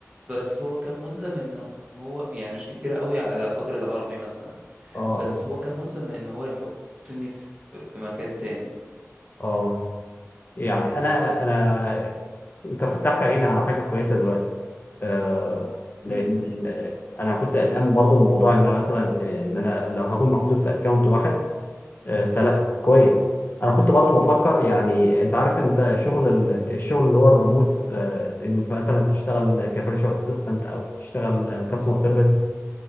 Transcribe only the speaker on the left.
اه
اه
اه يعني انا انا انت فتحت عيني على حاجه كويسه دلوقتي آه، لان
آه، انا كنت قلقان برضه من موضوع ان أنا مثلا آه، ان انا لو هكون محدود في اكونت واحد آه، فلا كويس انا كنت برضه بفكر يعني انت عارف انت شغل ال- الشغل اللي هو الريموت آه، ان انت مثلا تشتغل كفيرتشوال اسيستنت او تشتغل كاستمر سيرفيس